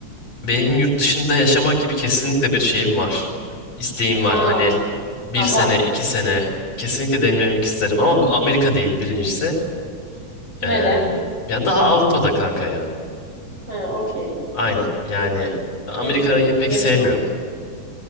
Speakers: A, on the left; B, on the right.
A: Benim yurt dışında yaşamak gibi kesinlikle bir şeyim var. İsteğim var.
B: Ha.
A: Hani bir
B: Ha
A: sene,
B: var.
A: iki sene kesinlikle deneyimlemek isterim. Ama bu Amerika değil birincisi.
B: Nere?
A: Ee, ya daha Avrupa'da kanka ya.
B: Ha okey.
A: Aynen. Yani Amerika'yı
B: Yakın.
A: pek
B: Yakın
A: sevmiyorum.
B: olsun.